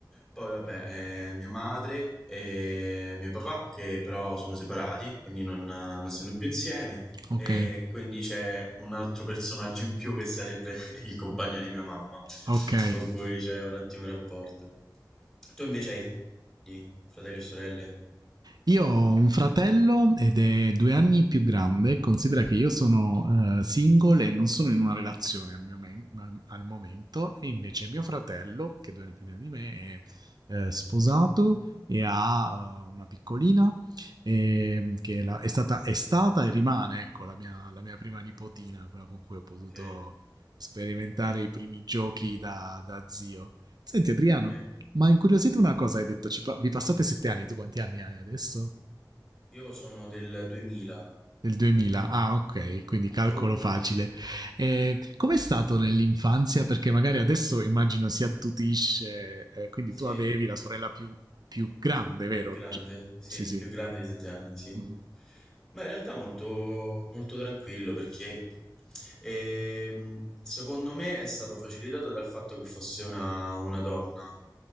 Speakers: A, in the centre; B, on the right.
A: Poi vabbè, eh, mia madre e mio papà, che però sono separati, quindi non, non stanno più insieme,
B: ok,
A: e quindi c'è un altro personaggio in più che sarebbe <laughs> il compagno di mia mamma
B: ok.
A: con cui c'è un ottimo rapporto. Tu invece hai figli, fratelli o sorelle?
B: Io ho un fratello ed è due anni più grande, considera che io sono eh, single e non sono in una relazione al, mio men- al- al momento, e invece mio fratello, che è due anni più grande di me, è eh, sposato e ha eh, una piccolina eh, che è, la- è stata, è stata e rimane ecco, la, mia, la mia prima nipotina, quella con cui ho potuto
A: Ok,
B: sperimentare i primi giochi da, da zio. Senti Adriano,
A: ok. ok.
B: ma incuriosito una cosa, hai detto, ci pa- vi passate sette anni, tu quanti anni hai adesso?
A: Io sono del 2025.
B: Del 2000, ah ok, quindi calcolo
A: Tu?
B: facile. Eh, com'è stato nell'infanzia? Perché magari adesso immagino si attutisce, eh, quindi
A: Sì,
B: tu avevi la sorella più, più grande, vero?
A: più grande,
B: C-
A: sì,
B: sì, sì.
A: più grande di 7 anni, sì.
B: Mhm.
A: Ma in realtà molto, molto tranquillo perché ehm, secondo me è stato facilitato dal fatto che fosse una, una donna.